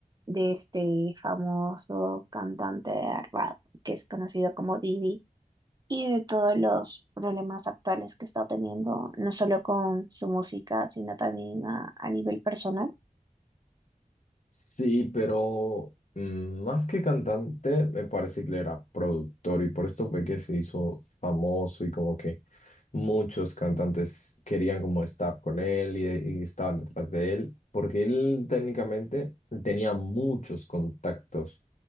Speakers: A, on the right (about 30°); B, on the left (about 55°).
A: de este famoso cantante de rap que es conocido como Didi y de todos los problemas actuales que está teniendo, no solo con su música, sino también a, a nivel personal.
B: Sí, pero mm, más que cantante, me parece que él era productor y por esto fue que se hizo famoso y como que muchos cantantes querían como estar con él y, y estaban detrás de él, porque él técnicamente tenía muchos contactos.